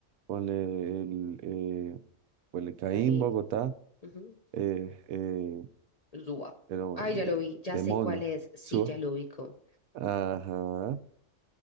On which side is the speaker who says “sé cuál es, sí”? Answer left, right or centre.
Left